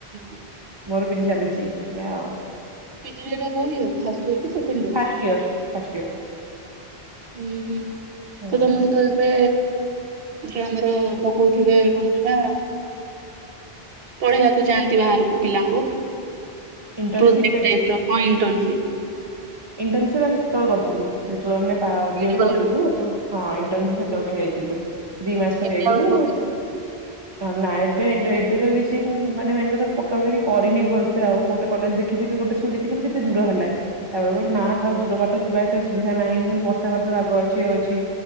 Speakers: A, on the right; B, on the right.
A: ହଁ
B: ମୋର ପି ଜି ଚାଲିଛି ଏଇଆ ଆଉ।
A: ପି ଜିର ଏଟା କୋଉ ଇଅର ଫାଷ୍ଟ ଇୟର କି second year?
B: First year first year.
A: ହୁଁ
B: ହୁଁ।
A: ତ ତମକୁ ତ ଏବେ ଯିଏ ଆମର ପକଉଥିବେ ପୁଣି ସେଟା। ପଢ଼େଇବାକୁ ଯାଆନ୍ତି ବାହାରକୁ ପିଲାଙ୍କୁ।
B: ଇଣ୍ଟର୍ନସିପ୍
A: ପ୍ରୋଜେକ୍ଟ ଟାଇପର ହଁ ଇଣ୍ଟର୍ନସିପ୍।
B: ଇଂଟର୍ନସିପ୍ ଆମେ ସେତେବେଳେ କରିଥିଲୁ ଯେତେବେଳେ ଆମେ ପା
A: ସେଇଠି
B: ବି ଇ ଡ଼ି
A: ଗଲାବେଳକୁ
B: କରୁଥିଲୁ। ହଁ ଇଂଟର୍ନସି ସେତେବେଳେ ପାଇଁ ଯାଇଥିଲୁ ଦି ମାସ ପାଇଁ
A: ଏବେ
B: ଯାଇଥିଲୁ।
A: ଆଉ କୋଉଠି
B: ନା ଏବେ ଇଣ୍ଟେ ଏବେ ତ କିଛି ମୁଁ ମାନେ ମେନ୍ କଥା ପକାପିକି କରିନି ଭଲସେ ଆଉ ଗୋଟେ କଲେଜ ଦେ ଖିଥିଲି ଗୋଟେ ସ୍କୁଲ ଦେଖିଥିଲି ଯେ ଟେ ଦୂର ହେଲା। ତାପରେ କହି ନା ଥାଉ ଦୂର ବାଟ ଯିବା ଆସିବା ସୁବିଧା ନାହିଁ ପୁଣି ବର୍ଷା ଫର୍ଷା ପାଗ ଅଛି ଅଛି।